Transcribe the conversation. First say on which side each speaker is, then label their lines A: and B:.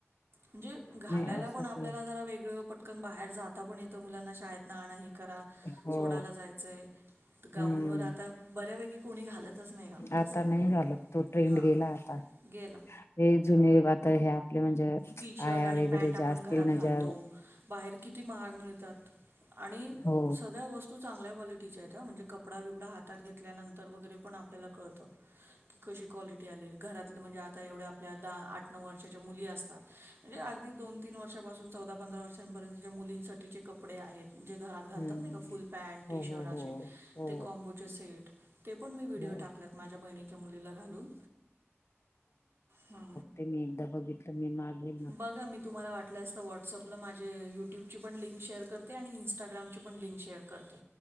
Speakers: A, on the right; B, on the left.
A: म्हणजे? घालायला
B: नाही असं
A: पण आपल्याला
B: काही
A: जरा वेगळं पटकन, बाहेर जाता पण येतं मुलांना शाळेत ना आणं हे करा.
B: हो
A: सोडायला जायचंय गाऊन
B: हम्म
A: वर आता बऱ्यापैकी. कोणी घालतच नाही गाऊन
B: आता
A: तसंही
B: नाही घालत तो ट्रेंड
A: हां
B: गेला आता
A: गेला.
B: हे जुने बात हे आपल्या म्हणजे
A: टी शर्ट
B: आया
A: आणि
B: वगैरे
A: पॅन्ट
B: ज्या
A: आपण
B: असतील
A: घरात
B: ना
A: घालतो
B: ज्या.
A: बाहेर किती महाग मिळतात, आणि
B: हो
A: सगळ्या वस्तू. तू चांगल्या क्वालिटीच्या आहेत, म्हणजे कपडा बिपडा हात घेतल्यानंतर वगैरे पण आपल्याला कळतं. की कशी क्वालिटी आले घरात म्हणजे आता एवढ्या आपल्या दहा आठ नऊ वर्षाच्या मुली असत. अगडी दोन तीन वर्ष चौदा पंधरा वर्षपर्यंत मुलींसाठी कपडे आहेत जे घरात.
B: हम्म
A: घालतात नाही का फुल पॅन्ट,
B: हो
A: टी
B: हो
A: शर्ट,
B: हो
A: असे
B: हो
A: ते कॉम्बोचे सेट. ते पण मी व्हिडिओ
B: हो
A: टाकलेत माझ्या बहिणीच्या मुलीला घालून ह.
B: ते मी एकदा बघितलं मी मागे ना.
A: बघा मी तुम्हाला वाटलंस तर व्हॉट्सअपला माझे यूट्यूबची पण लिंक शेअर करते आणि इंस्टा. इस्टाग्राची प लिंक शेअर करते.